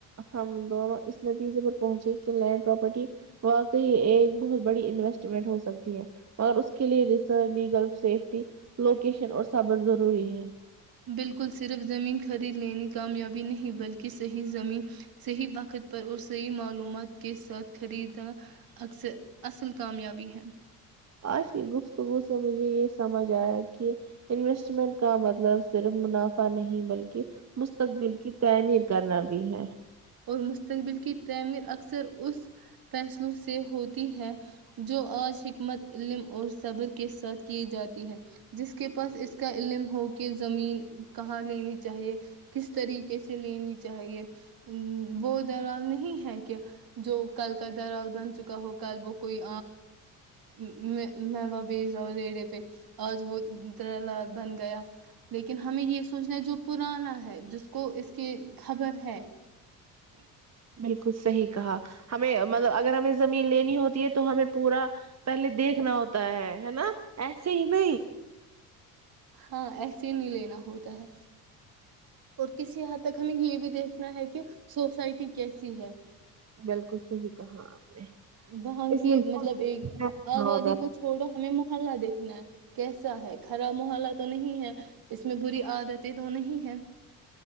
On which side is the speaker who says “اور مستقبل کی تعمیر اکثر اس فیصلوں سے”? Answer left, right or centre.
Right